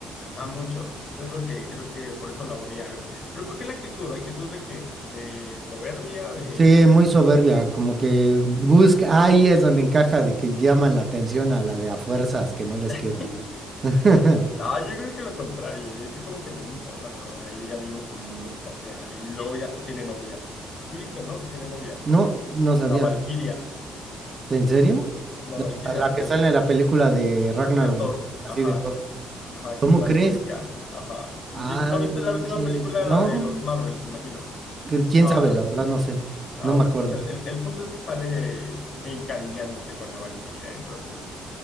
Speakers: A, on the left; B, on the right.
A: A muchos. Es lo que creo que por eso la odiaron. Pero ¿por qué la actitud? ¿La actitud de qué? ¿De soberbia? ¿De...?
B: Sí, muy soberbia, como que busca, ahí es donde encaja de que llaman la atención a la de a fuerzas que no les
A: <laughs>
B: queda. <laughs>
A: Ah, yo creo que lo contrario. Yo creo que como que no le importa nada. Y ella vive en su mundo espacial. Y luego ya hasta tiene novia. Listo, ¿no? Que tiene novia.
B: No, no sabía.
A: La Valquiria.
B: ¿En serio?
A: La Valquiria
B: A la que
A: ter-
B: sale en la película de Ragnarok,
A: de Thor.
B: ¿no? Así
A: Ajá.
B: de Thor.
A: Ajá,
B: ¿Cómo
A: que es una
B: crees?
A: alcohólica. Ajá. ¿Vis-
B: Ah,
A: ¿No viste
B: no,
A: la
B: manches,
A: última película,
B: no.
A: la de los Marvels, imagino?
B: Que- ¿Quién
A: Ah,
B: sabe? La verdad no sé.
A: ah
B: No me
A: bueno,
B: acuerdo.
A: pues el, el, el punto es que sale encariñándose con la Valquiria, entonces